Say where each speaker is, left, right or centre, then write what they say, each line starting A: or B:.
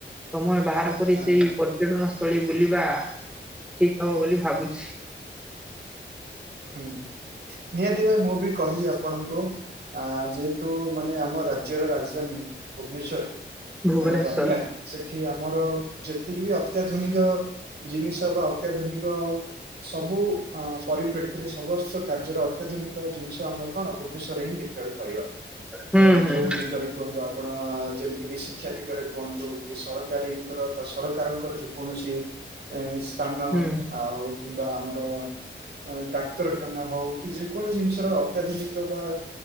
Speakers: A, in the centre; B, on the right.
A: ସମୟ ବାହାର କରି
B: ହଁ
A: ସେଇ ପ ପର୍ଯ୍ୟଟନ ସ୍ଥଳୀ ବୁଲିବା ଠିକ ହବ ବୋଲି ଭାବୁଛି।
B: ହୁଁ ନିହାତି ଭାଇ ମୁଁ ବି କହିବି ଆପଣଙ୍କୁ ଆ ଯେହେତୁ ମାନେ ଆମ ରାଜ୍ୟର ରାଜଧାନୀ ଭୁବନେଶ୍ଵର।
A: ଭୁବନେଶ୍ଵର
B: ଆ ରହିଲା। ସେଠି ଆମର ଯେତିକି ବି ଅତ୍ୟାଧୁନିକ ଜିନିଷ ବା ଅତ୍ୟାଧୁନିକ ସବୁ ଅ ପରିପ୍ରେକ୍ଷୀରେ ସମସ୍ତ କାର୍ଯ୍ୟର ଅତ୍ୟାଧୁନିକ ଜିନିଷ ଆମେ କଣ ଭୁବନେଶ୍ଵରରେ ହିଁ ଦେଖିବାକୁ ପାଇବା।
A: ହୁଁ
B: ଏ
A: ହୁଁ
B: ଯଉ ଦିିଗରେ। କୁହନ୍ତୁ ଆପଣ ଯେମିତିକି ଶିକ୍ଷା ଦିଗରେ କୁହନ୍ତୁ କି ସରକାରୀଙ୍କର ବା ସରକାରଙ୍କର ଜୀ କୌଣସି ସ୍ଥାନ
A: ହୁଁ
B: ଆଉ କିମ୍ବା ଆମର ଡାକ୍ତରଖାନା ହଉ କି ଯେକୌଣସି ଜିନିଷର ଅତ୍ୟାଧୁନିକ ବା